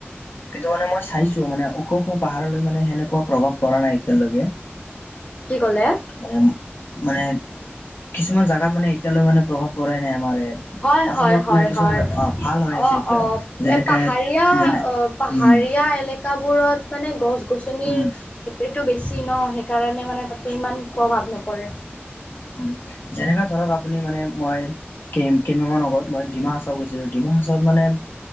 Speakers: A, on the left (about 55°); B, on the left (about 30°).
A: কিন্তু মানে মই চাইছো মানে ওখ ওখ পাহাৰলৈ মানে সেনেকুৱা প্ৰভাৱ পৰা নাই এতিয়ালৈকে।
B: কি ক'লে
A: মানে মানে কিছুমান জাগাত মানে এতিয়ালৈ মানে প্ৰভাৱ পৰা নাই আমাৰ
B: হয়
A: অসমত
B: হয় হয়
A: মানে কিছুমান
B: হয়
A: ভাল হৈ আছে
B: অ
A: এতিয়াও
B: অ
A: যেনেকে
B: এ পাহাৰীয়া
A: যেনে
B: অ। পাহাৰীয়া
A: উম
B: এলেকাবোৰত মানে গছ গছনিৰ
A: উম
B: হেৰিত। টো বেছি ন সেইকাৰণে মানে তাতে ইমান প্ৰভাৱ নপৰে।
A: উ যেনেকাে ধৰক আপুনি মানে মই কেইমাহান আগত মই ডিমা হাছাও গৈছিলো ডিমা। তাৰ পাছত মানে-